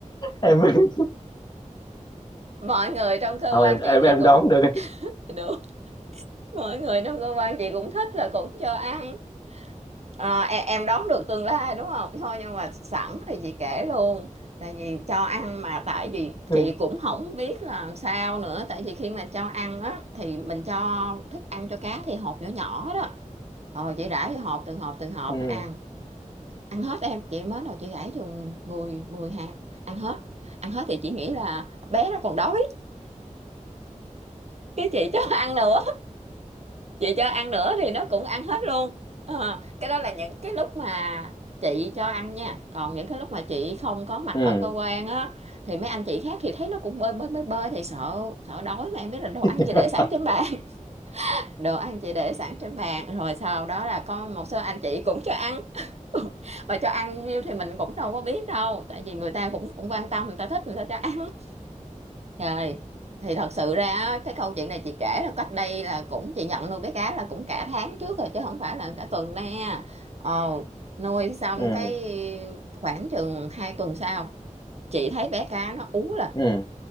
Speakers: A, on the left; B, on the right.
A: em <laughs>
B: mọi người trong cơ
A: không
B: quan
A: em em
B: chị thì
A: em
B: cũng
A: đoán được
B: được mọi người trong cơ quan chị cũng thích là cũng cho ăn Ờ, em, em đoán được tương lai đúng không thôi nhưng mà sẵn thì chị kể luôn tại vì cho ăn mà tại vì
A: ừ
B: chị cũng không biết làm sao nữa tại vì khi mà cho ăn á thì mình cho thức ăn cho cá thì hộp nhỏ nhỏ đó rồi chị rải vô hộp từng hộp từng hộp
A: ừ
B: nó ăn ăn hết em chị mới đầu chị gãi chừng 10 mười hạt ăn hết ăn hết thì chị nghĩ là bé nó còn đói cái chị cho <laughs> ăn nữa chị cho ăn nữa thì nó cũng ăn hết luôn Ờ, cái đó là những cái lúc mà chị cho ăn nha còn những cái lúc mà chị không có mặt
A: ừ
B: ở cơ quan á thì mấy anh chị khác thì thấy nó cũng bơi bơi bơi bơi thì sợ sợ đói mà em biết là đồ ăn
A: <laughs>
B: chị để sẵn trên bàn <laughs> đồ ăn chị để sẵn trên bàn rồi sau đó là có một số anh chị cũng cho ăn <laughs> bà cho ăn nhiêu thì mình cũng đâu có biết đâu tại vì người ta cũng cũng quan tâm người ta thích người ta cho ăn trời thì thật sự ra á, cái câu chuyện này chị kể là cách đây là cũng chị nhận nuôi bé cá là cũng cả tháng trước rồi chứ không phải là cả tuần nè ồ nuôi xong
A: ừ
B: cái khoảng chừng hai tuần sau chị thấy bé cá nó ú lên
A: ừ ừ